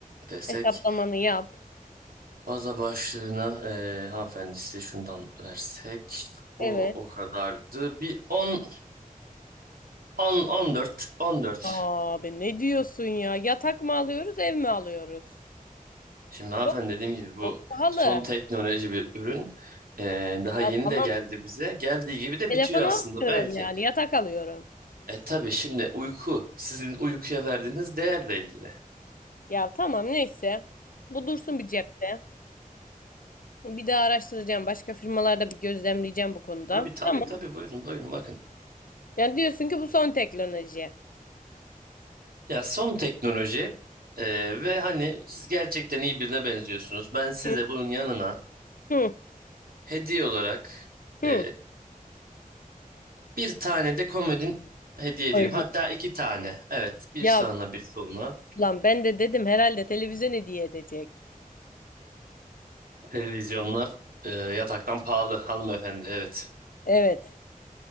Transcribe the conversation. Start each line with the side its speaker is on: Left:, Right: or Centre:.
Right: desek.
Left: Hesaplamanı yap.
Right: Baza başlığına eee hanımefendi size şundan versek. O
Left: Evet.
Right: o kadardı. Bir on on on dört on dört.
Left: Abi ne diyorsun ya? Yatak mı alıyoruz, ev mi alıyoruz?
Right: Şimdi hanımefendi
Left: Çok
Right: dediğim gibi bu
Left: çok pahalı.
Right: son teknoloji bir ürün. Eee, daha
Left: Ya
Right: yeni
Left: tamam.
Right: de geldi bize. Geldiği gibi de
Left: Telefon
Right: bitiyor
Left: almıyorum
Right: aslında belki.
Left: yani. Yatak alıyorum.
Right: E tabii şimdi uyku. Sizin uykuya verdiğiniz değerle ilgili.
Left: Ya tamam neyse. Bu dursun bir cepte. Bir daha araştıracağım. Başka firmalarda bir gözlemleyeceğim bu konuda.
Right: Tabii tabii
Left: Tamam.
Right: tabii buyurun buyurun bakın.
Left: Yani diyorsun ki bu son teknoloji.
Right: Ya son teknoloji e, ve hani siz gerçekten iyi birine benziyorsunuz. Ben size
Left: Hı
Right: bunun yanına
Left: hı.
Right: hediye olarak
Left: hı.
Right: e, bir tane de komodin hediye edeyim.
Left: Oy.
Right: Hatta iki tane. Evet, bir
Left: Ya
Right: sağına bir soluna.
Left: lan ben de dedim herhalde televizyon hediye edecek.
Right: Televizyonlar e, yataktan pahalı hanımefendi. Evet.
Left: Evet.